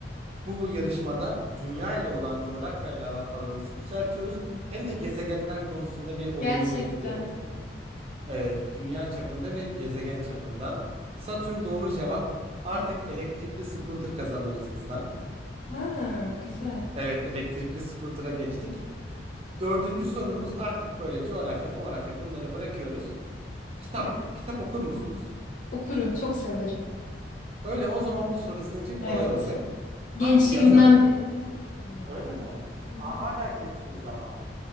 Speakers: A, on the right; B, on the left.
A: bu yarışmada dünya ile olan coğrafyayla alan alanınızı düzeltiyoruz hem de gezegenler konusunda bir olumlu
B: Gerçekten.
A: bir etki yaratıyoruz. Evet, dünya çapında ve gezegen çapında. Satürn doğru cevap. Artık
B: Evet.
A: elektrikli scooter kazandınız bizden.
B: Ha, güzel.
A: Evet, elektrikli scooter'a geçtik. Dördüncü sorumuz artık böyle coğrafya, morafya bunları bırakıyoruz. Kitap.
B: Evet.
A: Kitap okur musunuz?
B: Okurum. Çok severim.
A: Öyle o zaman bu soru sizin için
B: Evet.
A: kolay olacak. Hangi
B: Gençliğimden
A: yazar
B: beri hep okurum yani.
A: Öyle mi?
B: Hı hı.
A: Ha, hala gençsiniz ama.